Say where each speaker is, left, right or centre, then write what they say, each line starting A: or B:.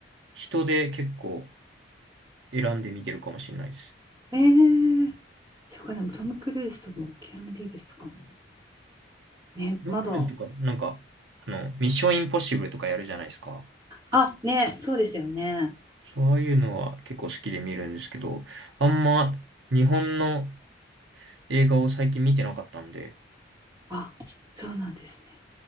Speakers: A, on the right (about 80°); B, on the right (about 25°).
A: 人で結構選んで見てるかもしれないです。
B: ー、ええそうか、でもトム・クルーズとも、キアヌ・リーブスとかも。ね、
A: トム・
B: まだ。
A: クルーズとか、なんか、あの、ミッション・インポッシブルとかやるじゃないですか。
B: あ、ね、そうですよね。
A: そういうのは結構好きで見るんですけど、あんま日本の映画を最近見てなかったんで、
B: あ、そうなんですね。